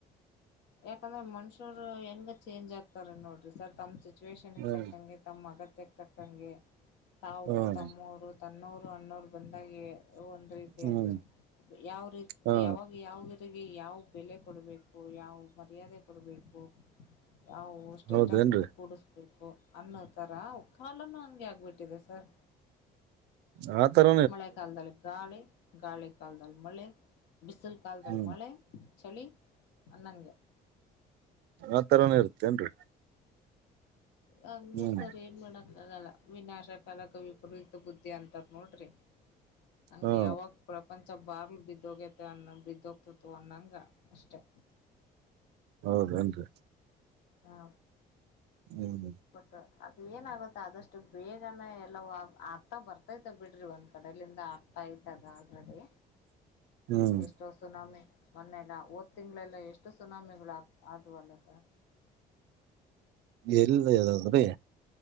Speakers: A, on the left; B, on the right.
A: ಯಾಕಂದ್ರೆ ಮನುಷ್ಯರು ಹೆಂಗ ಚೇಂಜ್ ಆಗ್ತಾರ ನೋಡ್ರಿ ಸರ್ ತಂಸಿ ಸಿಚುವೇಷನ್ಗೆ
B: ಹ್ಮ್
A: ತಕ್ಕಂಗೆ ತಮ್ಮ ಅಗತ್ಯಕ್ಕೆ ತಕ್ಕಂಗೆ ತಾವು
B: ಹ್ಮ್
A: ತಮ್ಮವರು. ತನ್ನೋರು ಅನ್ನೋರು ಬಂದಾಗೆ. ಒಂದ್ ರೀತಿಯಲ್ಲಿ
B: ಹ್ಮ್
A: ಯಾವ ರೀತಿ
B: ಹಾ
A: ಯಾವಾಗ ಯಾವ ಯಾವ ಬೆಲೆ ಕೊಡಬೇಕು ಯಾವ ಮರ್ಯಾದೆ ಕೊಡಬೇಕು ಯಾವ ವಸ್ ಸ್ಟೇಟಸಲ್ಲಿ
B: ಹೌದೇನ್ರಿ
A: ಕೂಡಿಸ್ಬೇಕು ಅನ್ನೋ ಥರ ಕಾಲನು ಹಂಗೆ ಆಗ್ಬಿಟ್ಟಿದೆ ಸರ್.
B: ಚಾ ತರ
A: ಮಳೆ ಕಾಲದಲ್ಲಿ ಗಾಳಿ ಗಾಳಿ ಕಾಲದಲ್ಲಿ ಮಳೆ ಬಿಸಿಲು ಕಾಲದಲ್ಲಿ
B: ಹ್ಮ್
A: ಮಳೆ. ಚಳಿ ಅಂದಗೆ.
B: ಆ ತರಾನೆ ಇರುತ್ತೇನ್ರಿ.
A: ಹಂಗೆ
B: ಹ್ಮ್
A: ಸರ್ ಏನ್ ಮಾಡನ. ನ್ನಲ್ಲ ವಿನಾಶ ಕಾಲಕ ವಿಪರೀತ ಬುದ್ಧಿ ಅಂತಾರ ನೋಡ್ರಿ. ಹಂಗೆ
B: ಹಾ
A: ಯಾವಾಗ ಪ್ರಪಂಚ ಬಾರ್ಲ್ ಬಿದ್ದೋಗ್ಯತೆ ಅನ್ನ ಬಿದ್ದೋಗ್ತತ್ತು ಅನ್ನಂಗ ಅಷ್ಟೆ.
B: ಹೌದನ್ರಿ.
A: ಹಾ
B: ಹ್ಮ್ ಹ್ಮ
A: ಬಟ್ ಅದ ಏನಾಗುತ್ತೆ ಆದಷ್ಟು ಬೇಗನೆ ಎಲ್ಲವು ಆಗ್ತಾ ಬರ್ತ ತೈತೆ ಬಿಡ್ರಿ ಒಂದ್ ಕಡೆಲಿಂದ ಆಗ್ತಾತೆ ಅದ ಆಲ್ರೆಡಿ.
B: ಹ್ಮ್
A: ಎಷ್ಟೋ ಸುನಾಮಿ ಮೊನ್ನೆಲ್ಲ ಹೊದ್ತಿಂಗಳೆಲ್ಲ ಎಷ್ಟು ಸುನಾಮಿಗಳು ಆತ್ ಆದುವಲ್ಲ ಸರ್.
B: ಎಲ್ಲ್ ಯದಾದ್ರೀ.